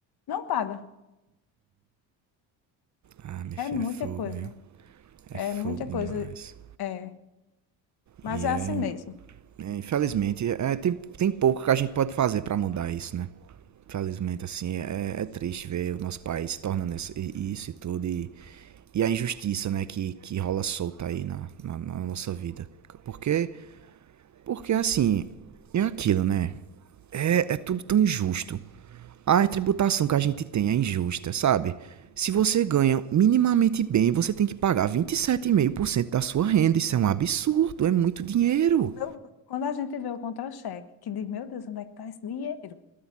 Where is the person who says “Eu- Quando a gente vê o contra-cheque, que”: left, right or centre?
Left